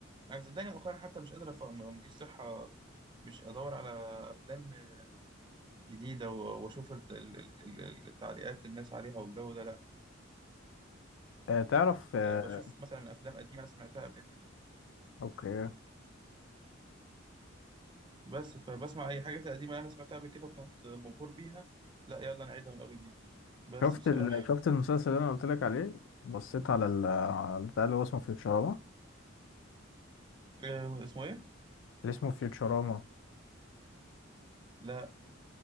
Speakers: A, on the right; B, on the left.
A: أنا صدقني مؤخرا حتى مش قادر أفهم ما عنديش صحة مش أدور على أفلام آه، جديدة و- وأشوف الت- ال- ال- ال- التعليقات الناس عليها والجو ده لا
B: آه، تعرف آه،
A: بشوف مثلا افلام قديمه انا سمعتها قبل كده
B: أوكي
A: بس فبسمع اي حاجه قديمه انا سمعتها قبل كده وكنت مبهور بيها لا يلا نعيدها من اول جديد بس
B: شفت
A: بصراحه
B: ال... شفت المسلسل اللي انا قلت لك عليه بصيت على ال... على البتاع اللي هو اسمه فيوتشراما
A: آه، اسمه ايه
B: اللي اسمه فيوتشراما
A: لا